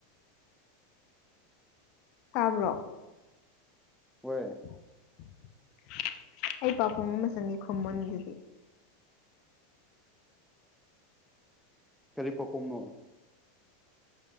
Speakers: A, on the left (about 55°); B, in the centre.
A: ꯇꯕ꯭ꯔꯣ
B: ꯍꯣꯏ
A: <unintelligible> ꯑꯩ ꯄꯥꯈꯨꯡ ꯑꯃ ꯆꯟꯒꯦ ꯈꯨꯝꯃꯨꯅꯦꯗꯨꯗꯤ
B: ꯀꯔꯤ ꯄꯥꯈꯣꯡꯅꯣ